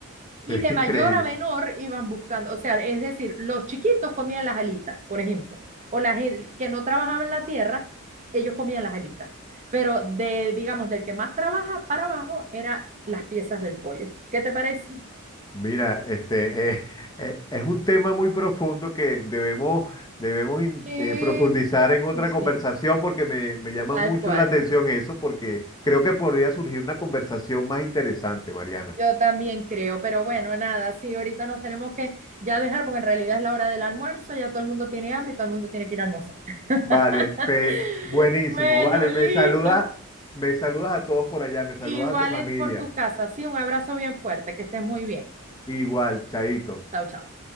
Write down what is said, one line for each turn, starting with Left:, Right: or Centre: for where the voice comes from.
Right: Y de
Left: Increíble.
Right: mayor a menor iban buscando, o sea, es decir, los chiquitos comían las alitas, por ejemplo, o las que no trabajaban la tierra, ellos comían las alitas. Pero de, digamos, del que más trabaja para abajo eran las piezas del pollo. ¿Qué te parece?
Left: Mira, este eh, eh, es un tema muy profundo que debemos, debemos in-
Right: Sí,
Left: eh, profundizar
Right: sí,
Left: en otra
Right: sí, sí.
Left: conversación porque me, me llama
Right: Tal
Left: mucho
Right: cual.
Left: la atención eso, porque creo que podría surgir una conversación más interesante, Mariana.
Right: Yo también creo, pero bueno, nada, sí, ahorita nos tenemos que ya dejar porque en realidad es la hora del almuerzo, ya todo el mundo tiene hambre y todo el mundo tiene que ir a almorzar. <laughs>
Left: Vale, Fe, buenísimo,
Right: Bueno,
Left: vale,
Right: listo.
Left: me saludas, me saludas a todos por allá, me saludas
Right: Igual
Left: a tu familia.
Right: en- por tu casa, sí, un abrazo bien fuerte, que estés muy bien.
Left: Igual, Chaito.
Right: Chao, chao.